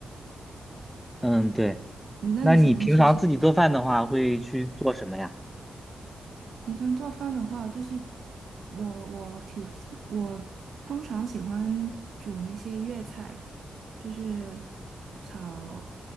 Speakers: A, in the centre; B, on the right.
A: 嗯对？
B: 嗯那你喜欢吃什么？
A: 那你平常自己做饭的话，会去做什么呀？
B: 平常做饭的话，就是我我挺我通常喜欢煮那些粤菜，就是炒